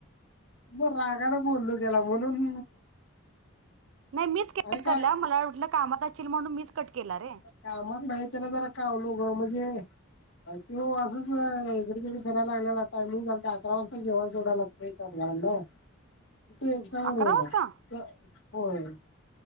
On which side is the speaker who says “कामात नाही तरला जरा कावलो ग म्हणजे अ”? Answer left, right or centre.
Left